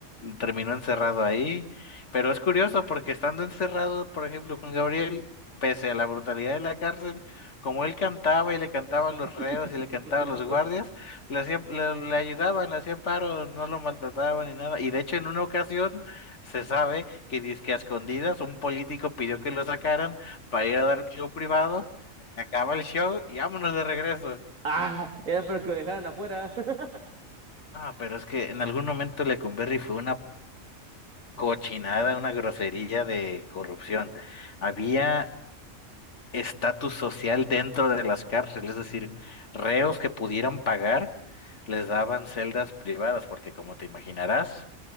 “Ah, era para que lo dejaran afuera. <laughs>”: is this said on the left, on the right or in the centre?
Right